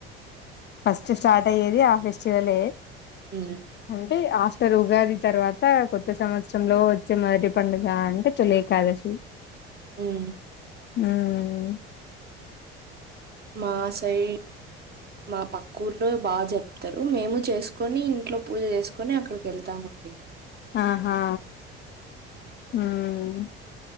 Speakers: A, on the left; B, on the right.
A: ఫస్ట్ స్టార్ట్ అయ్యేది ఆ ఫెస్టివలే
B: హ్మ్
A: అంటే ఆఫ్టర్ ఉగాది తర్వాత కొత్త సంవత్సరంలో వచ్చే మొదటి పండుగ అంటే తొలి ఏకాదశి
B: హ్మ్
A: హ్మ్
B: మా సై మా పక్క ఊర్లో బాగా జరుపుతారు మేము చేసుకొని ఇంట్లో పూజ చేసుకొని అక్కడికి వెళ్తామండి
A: ఆహా హ్మ్